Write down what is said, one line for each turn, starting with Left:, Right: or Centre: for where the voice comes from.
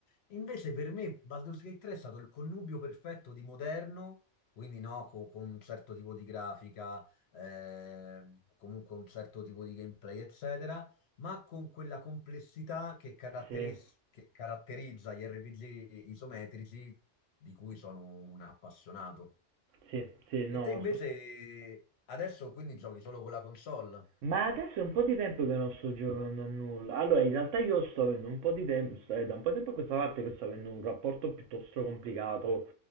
Left: Invece per me Baldur's Gate 3 è stato il connubio perfetto di moderno, quindi no, co- con, un certo tipo di grafica, eh, comunque un certo tipo di gameplay, eccetera, ma con quella complessità che, caratteris-
Right: Sì,
Left: che caratterizza gli RPG isometrici di cui sono un appassionato.
Right: sì, sì, no,
Left: E te invece
Right: lo so.
Left: adesso quindi giochi solo con la console,
Right: Ma adesso è un po' di tempo che non sto giocando a nulla. Allora, in realtà io sto avendo un po' di tempo, è da un po' di tempo a questa parte che sto avendo un rapporto piuttosto complicato